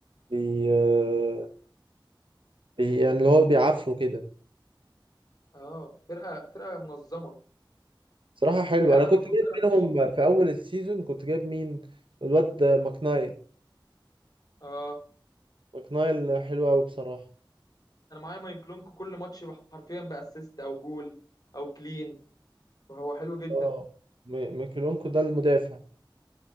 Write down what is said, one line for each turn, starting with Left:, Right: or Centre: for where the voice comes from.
Right: بي آه، بي- يعني اللي هو بيعافروا كده
Left: اه فرقه فرقه منظمه
Right: صراحة حلو
Left: يعني
Right: انا كنت
Left: انا بفكر
Right: جايب
Left: امشي
Right: منهم في اول السيزون كنت جايب مين الواد ده، ماكنايل
Left: اه
Right: ماكنايل حلو قوي بصراحة
Left: انا معايا مايكلونكو كل ماتش حرفيا باسيست او جول او كلين فهو حلو جدا
Right: اه م- ميكيلونكو ده المدافع